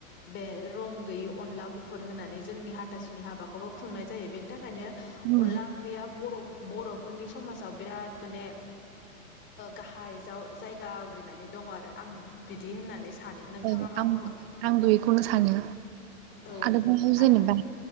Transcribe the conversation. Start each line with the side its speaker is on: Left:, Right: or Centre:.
Left: बे रं गयि अला गु गफुर होनानै जोंनि हाथासुनि हाबाखौबो खुंनाय जायो बेनि थाखायनो
Right: औ
Left: अनला ओंख्रिया बर'फ बर'फोरनि समाजाव बिराद माने गाहाय जाव जाय गा आवग्रिनानै दं आरो आं बिदि होननानै सानो नोंथाङा
Right: औ
Left: मा
Right: आं
Left: बुङो
Right: आंबो बेखौनो सानो
Left: औ
Right: आरोबाव जेनेबा
Left: आरो